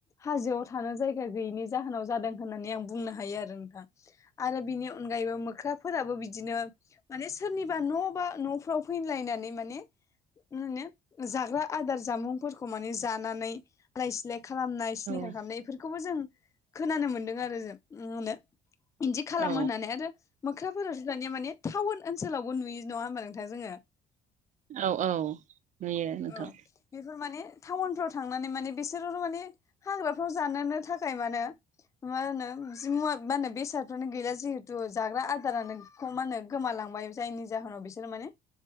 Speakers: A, on the left; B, on the right.
A: हाजोआव थानो जायगा गैयिनि जाहोनाव जादों होननानै आं बुंनो हायो आरो नोंथां। आरो बिनि अनगायैबो मोख्रा फोराबो बिदिनो माने सोरनिबा न' बा न'फ्राव फैलायनानै माने नुनो जाग ग्रा आदार जामुंफोरखौ माने जानानै आलाय सिलाय खालामनाय सिलिंखार
B: औ
A: खालामनाय बेफोरखौबो जों खोनानो मोनदों आरो जों म होनो इदि खालामो
B: औ
A: होननानै आरो मोख्राफोरावथो दानिया माने टाउन ओनसोलावबो नुयो नङाहोमबा नोंथां जोङो?
B: औ औ नुयो नोंथां
A: औ बेफोर माने टाउनफ्राव थांनानै माने बिसोर माने हाग्राफ्राव जानोनो थाखाय मानो मा होनो जिमुवा मा होनो बेसादफ्रानो गैला जिहेथु जाग्रा आदारानो खौ माहोनो गोमालांबाय जायनि जाहोनाव बिसोरो माने